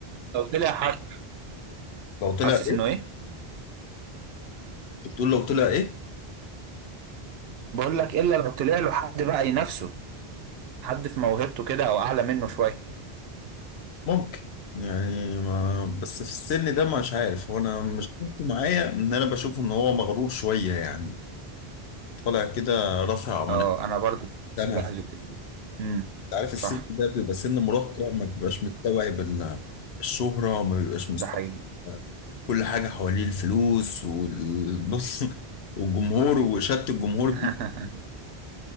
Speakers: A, on the right; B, on the left.
A: لو طلع حد
B: لو طلع
A: حاسس
B: إيه؟
A: انه ايه
B: بتقول لو طلع ايه
A: بقول لك الا لو طلع له حد بقى ينافسه حد في موهبته كده او اعلى منه شويه
B: ممكن يعني ما بس في السن ده مش عارف هو انا مش كنت معايا ان انا بشوف ان هو مغرور شويه يعني طالع كده رافع مناكب
A: اه انا برضو
B: انا
A: بلاحظ
B: انت
A: كده امم
B: عارف السن
A: صح
B: ده بيبقى سن مراهقه ما بيبقاش مستوعب ال- الشهره ما بيبقاش مستوعب
A: ده حقيقي
B: كل حاجه حواليه الفلوس والبص <laughs> والجمهور وشت الجمهور
A: <laughs>
B: بيه